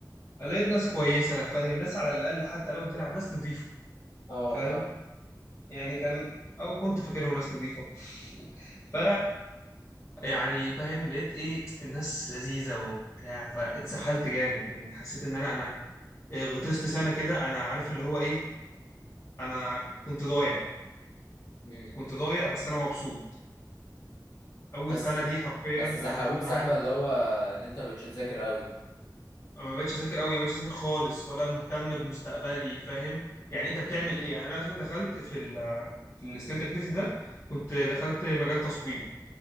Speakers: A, on the left; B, on the left.
A: لقيت ناس كويسة فاهم ناس على الأقل حتى لو بتلعب ناس نظيفة
B: اه
A: فاهم
B: فاهم
A: يعني كان أو كنت فاكرهم ناس نظيفة ف يعني فاهم لقيت إيه الناس لذيذة وبتاع فاتسحلت جامد يعني حسيت إن أنا أنا إيه، غطست سنة كده أنا عارف اللي هو إيه أنا كنت ضايع
B: مم.
A: كنت ضايع بس أنا مبسوط أول
B: بس
A: سنة دي حرفيا
B: بس
A: أنا
B: سحبوك
A: ندمان
B: سحبه
A: عليها
B: اللي هو ان انت ما بقتش تذاكر قوي
A: ما بقتش أذاكر أوي ما بقتش أذاكر خالص ولا مهتم بمستقبلي فاهم يعني أنت بتعمل
B: امم
A: إيه يعني أنا مثلا دخلت في ال في الستودنت أكتيفيتي ده كنت دخلت مجال تصوير